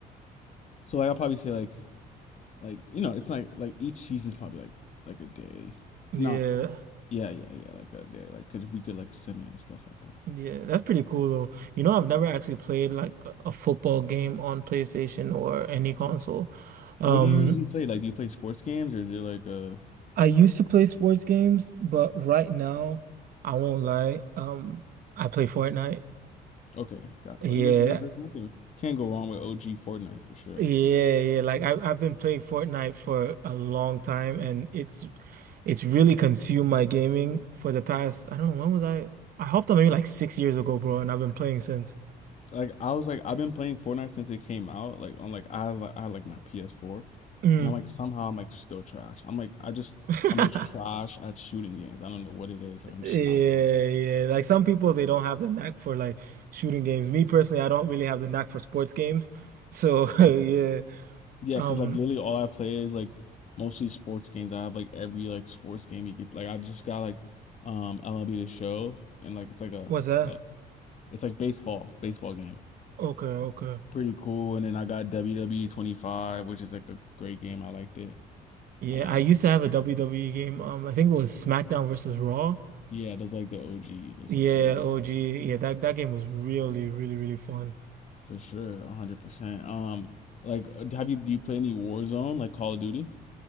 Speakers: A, on the left; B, on the right.
A: so like I'll probably say like like you know it's like like each season's probably like like a day.
B: Yeah.
A: Not yeah yeah yeah like a day like because we could like sim it and stuff like that.
B: Yeah, that's pretty cool though. You know, I've never actually played like a football game on PlayStation or any console. Um,
A: What do you usually play? Like do you play sports games or is it like uh
B: I used to play sports games, but right now, I won't lie. Um, I play Fortnite.
A: okay got
B: Yeah.
A: and there's there's, there's nothing can't go wrong with OG Fortnite for sure.
B: Yeah, yeah. Like I, I've been playing Fortnite for a long time and it's it's really consumed my gaming for the past, I don't know, when was I? I hopped on maybe like six years ago, bro, and I've been playing since.
A: Like I was like I've been playing Fortnite since it came out. Like on like I had, like I had, like my PS4,
B: Mm.
A: and I'm like somehow I'm like still trash. I'm like I just
B: <laughs>
A: I'm just trash at shooting games. I don't know what it is. Like I'm
B: Yeah,
A: just not.
B: yeah. Like some people, they don't have the knack for like shooting games. Me personally, I don't really have the knack for sports games. So <laughs> yeah.
A: Yeah,
B: Um,
A: cause like literally all I play is like mostly sports games. I have like every like sports game you get. Like I just got like um MLB The Show, and like it's like a
B: what's that?
A: like it's like baseball baseball game.
B: Okay, okay.
A: Pretty cool. And then I got WWE 25, which is like a great game. I liked it.
B: Yeah,
A: Um,
B: I used to have a WWE game. Um, I think it was SmackDown versus Raw.
A: yeah, those like the OGs. Those
B: Yeah,
A: like the OG.
B: OG. Yeah, that that game was really, really, really fun.
A: For sure, 100%. Um like uh, have you do you play any Warzone like Call of Duty?